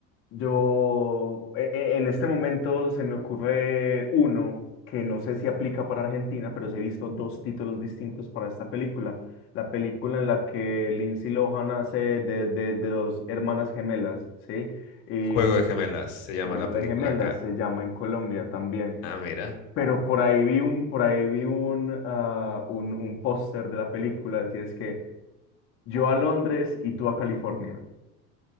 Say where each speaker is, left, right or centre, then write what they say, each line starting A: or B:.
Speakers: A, on the left; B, on the left.
A: Yo, e- e- en este momento se me ocurre uno que no sé si aplica para Argentina, pero sí he visto dos títulos distintos para esta película. La película en la que Lindsay Lohan hace de, de, de dos hermanas gemelas, ¿sí? Y
B: Juego de gemelas, se llama
A: Juego
B: la película
A: de Gemelas
B: acá.
A: se llama en Colombia también.
B: Ah, mira,
A: Pero por ahí vi un, por ahí vi un, ah, un, un póster de la película, decía es que yo a Londres y tú a California.